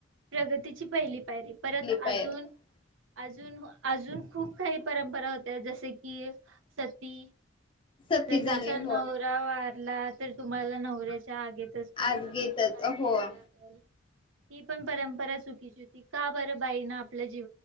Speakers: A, on the right; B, on the left.
A: प्रगतीची पहिली पायरी परत
B: पायरी
A: अजून अजून अजून खूप काही परंपरा होत्या जसे क कि सती
B: सती
A: जर
B: जाणे
A: तुमचा नवरा
B: हो
A: व ला तर तुम्हाला नवऱ्याच्या आगेतच तुम्हाला
B: आज गीतच
A: पण घहान घ्यायला
B: हो
A: लागेल ह पण परंपरा चुकीची होती का बरं बाई न आपल्या